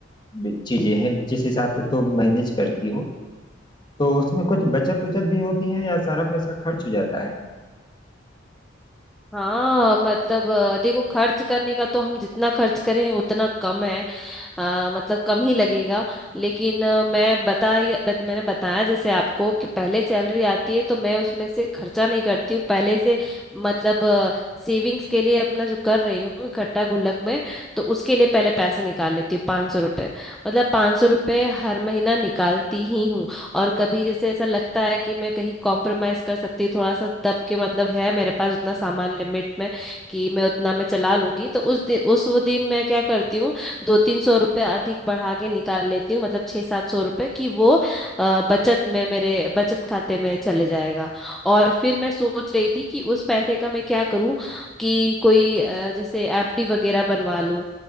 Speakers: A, on the left (about 25°); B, in the centre.
A: बे- चीजें हैं जिस हिसाब से तुम मैनेज करती हो तो उसमें कुछ बचत उचत भी होती है या सारा पैसा खर्च हो जाता है
B: हाँ मतलब अ, देखो खर्च करने का तो हम जितना खर्च करें उतना कम है अ, मतलब कम ही लगेगा लेकिन अ, मैं बता बत- मैंने बताया जैसे आपको कि पहले सैलरी आती है तो मैं उसमें से खर्चा नहीं करती हूँ पहले से मतलब सेविंग्स के लिए अपना जो कर रही हूँ इकट्ठा गुल्लक में तो उसके लिए पहले पैसे निकाल लेती हूँ पाँच सौ रुपये मतलब पाँच सौ रुपये हर महीना निकालती ही हूँ और कभी जैसे ऐसा लगता है कि मैं कहीं कॉम्प्रोमाइज कर सकती हूँ थोड़ा सा दब के मतलब है मेरे पास उतना सामान लिमिट में कि मैं उतना मैं चला लूंगी तो उस दिन उस वो दिन मैं क्या करती हूँ दो तीन सौ रुपये अधिक बढ़ा के निकाल लेती हूँ मतलब छः सात सौ रुपये कि वो अ, बचत में मेरे बचत खाते में चले जाएगा और फिर मैं सोच रही थी कि उस पैसे का मैं क्या करूँ कि कोई अ, जैसे एफडी वगैरह बनवा लूं